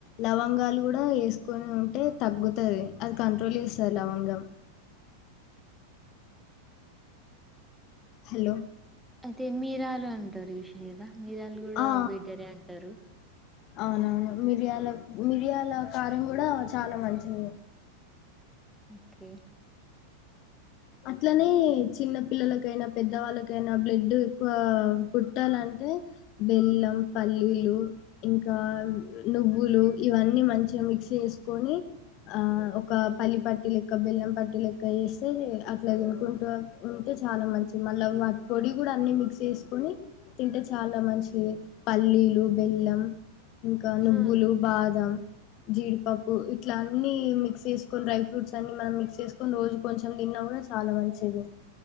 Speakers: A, on the left (about 40°); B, in the centre.
A: లవంగాలు కూడా వేసుకొని ఉంటే తగ్గుతది అది కంట్రోల్ చేస్తది లవంగం హలో
B: అయితే మీరాలు అంటరు చూసిర్రా మీరాలు కూడా
A: ఆ
B: బేటరే అంటరు
A: అవునవును మిరియాల మిరియాల కారం కూడా చాలా మంచిది
B: ఒకే
A: అట్లనే చిన్న పిల్లలకైనా పెద్దవాళ్ళకైనా బ్లడ్ ఎక్కువ పుట్టాలంటే బెల్లం పల్లీలు ఇంకా నువ్వులు ఇవన్నీ మంచిగా మిక్స్ చేసుకొని ఆ ఒక పల్లి పట్టి లెక్క బెల్లం పట్టి లెక్క వేస్తే అట్లా తినుకుంటూ తింటే చాలా మంచిది మళ్ళీ వాటి పొడి కూడా అన్ని మిక్స్ చేసుకుని తింటే చాలా మంచిది పల్లీలు బెల్లం ఇంకా నువ్వులు
B: ఆ
A: బాదం జీడిపప్పు ఇట్లాంటి అన్ని మిక్స్ చేసుకుని డై ఫ్రూట్స్ అన్ని మనం మిక్స్ చేసుని కొ రోజు కొంచెం తిన్నా కూడా చాలా మంచిది